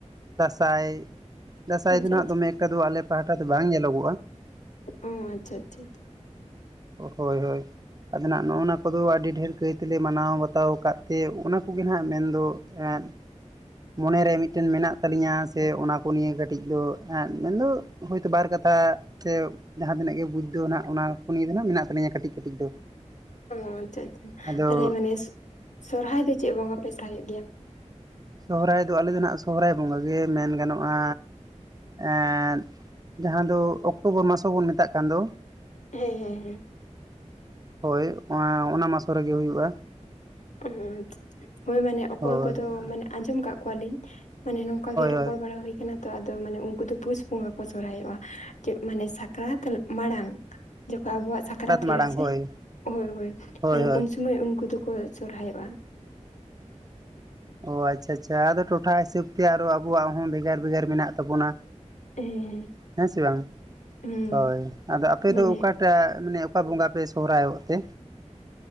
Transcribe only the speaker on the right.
ᱫᱟᱥᱟᱭ ᱫᱟᱥᱟᱭ
ᱫᱚ ᱱᱟᱜ ᱫᱚᱢᱮ ᱮᱠᱴᱟ ᱫᱚ ᱟᱞᱮ ᱯᱟᱦᱟᱴᱟ ᱫᱚ ᱵᱟᱝ ᱧᱮᱞᱚᱜ
ᱦᱳᱭ ᱦᱳᱭ ᱟᱫᱚ ᱱᱟᱜ ᱱᱚᱜᱼᱚᱱᱟ ᱠᱚᱫᱚ ᱟᱹᱰᱤ ᱰᱷᱮᱨ ᱠᱟᱹᱭ ᱛᱮᱞᱮ ᱢᱟᱱᱟᱣ ᱵᱟᱛᱟᱣ ᱟᱠᱟᱫ ᱛᱮ ᱚᱱᱟ ᱠᱚᱜᱮ ᱱᱟᱦᱟᱜ ᱢᱮᱱᱫᱚ ᱮᱫ ᱢᱚᱱᱮ ᱨᱮ ᱢᱤᱫᱴᱮᱱ ᱢᱮᱱᱟᱜ ᱛᱟᱹᱟᱞᱤᱧᱟ ᱥᱮ ᱚᱱᱟ ᱠᱚ ᱱᱤᱭᱮ ᱠᱟᱹᱴᱤᱡ ᱫᱚ ᱢᱮᱱᱫᱚ ᱦᱳᱭᱛᱳ ᱵᱟᱨ ᱠᱟᱛᱷᱟ ᱥᱮ ᱡᱟᱦᱟᱸ ᱛᱤᱱᱟᱹᱜ ᱜᱮ ᱵᱩᱡ ᱫᱚᱟᱹ ᱦᱱᱟᱜᱜ ᱚᱱᱟ ᱠᱚ ᱱᱤᱭᱮ ᱫᱚ ᱱᱟᱜ ᱢᱮᱱᱟᱜ ᱛᱟᱞᱤᱧᱟ ᱠᱟᱹᱴᱤᱡ ᱠᱟᱹᱴᱤᱡ ᱫᱚ᱾
ᱟᱫᱚ
ᱥᱚᱦᱚᱨᱟᱭ ᱫᱚ ᱟᱞᱮ ᱫᱚᱱ ᱦᱟᱸᱜ ᱥᱚᱦᱚᱨᱟᱭ ᱵᱚᱸᱜᱟ ᱜᱮ ᱢᱮᱱ ᱜᱟᱱᱚᱜᱼᱟ ᱮᱸᱫ ᱡᱟᱦᱟᱸ ᱫᱚ ᱚᱠᱴᱳᱵᱚᱨ ᱢᱟᱥ ᱦᱚᱸ ᱵᱚᱱ ᱢᱮᱛᱟᱜ ᱠᱟᱱ ᱫᱚ᱾
ᱦᱳᱭ ᱚᱱᱟ ᱚᱱᱟ ᱢᱟᱥ ᱠᱚᱨᱮ ᱜᱮ ᱦᱩᱭᱩᱜᱼᱟ᱾
ᱦᱳᱭ
ᱦᱳᱭ
ᱢᱟᱲᱟᱝ
ᱦᱳᱭ
ᱦᱳᱭ ᱦᱳᱭ
ᱚ ᱟᱪᱪᱷᱟ ᱟᱪᱪᱷᱟ ᱟᱫᱚ ᱴᱚᱴᱷᱟ ᱦᱤᱥᱟᱹᱵᱽ ᱛᱮ ᱟᱨᱚ ᱟᱵᱚᱣᱟᱜ ᱦᱚᱸ ᱵᱷᱮᱜᱟᱨ ᱵᱷᱮᱜᱟᱨ ᱢᱮᱱᱟᱜ ᱛᱟᱵᱚᱱᱟ
ᱦᱮᱸ ᱥᱮ ᱵᱟᱝ
ᱦᱳᱭ ᱟᱫᱚ ᱟᱯᱮ
ᱫᱚ ᱚᱠᱟ ᱴᱟᱜ ᱢᱟᱱᱮ ᱚᱠᱟ ᱵᱚᱸᱜᱟ ᱯᱮ ᱥᱚᱦᱚᱨᱟᱭᱚᱜ ᱛᱮ?